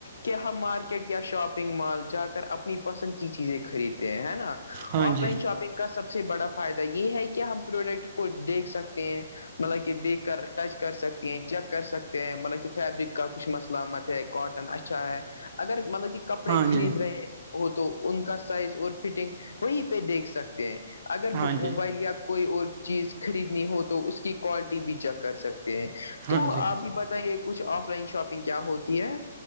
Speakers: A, on the left; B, on the right.
A: کہ ہم مارکیٹ ٹ یا شاپنگ مال جا کر اپنی پسند کی چیزیں خریدتے ہیں ہے نا
B: ہاں
A: آف
B: جی
A: لائن شاپنگ کا سب سے بڑا فائدہ یہ ہے کہ ہم پروڈکٹ کو دیکھ سکتے ہیں مطلب کہ دیکھ کر ٹچ کر سکتی ہیں چیک کر سکتے ہیں مطلب کہ فیبرک کا کچھ مسل مت ہے کاٹن اچھا ہے اگر مطلب کہ کپڑے
B: ہاں
A: خرید
B: جی
A: رہے ہیں وہ تو ان کا سائز اور فٹنگ وہیں پہ دیکھ سکتے ہیں اگر
B: ہاں
A: موبائل
B: جی
A: یا کوئی اور چیز خریدنی ہو تو اس کی کوالٹی بھی چیک کر سکتے ہیں
B: ہاں
A: تو
B: جی
A: آپ بھی بتائیے کچھ آف لائن شاپنگ کیا ہوتی ہے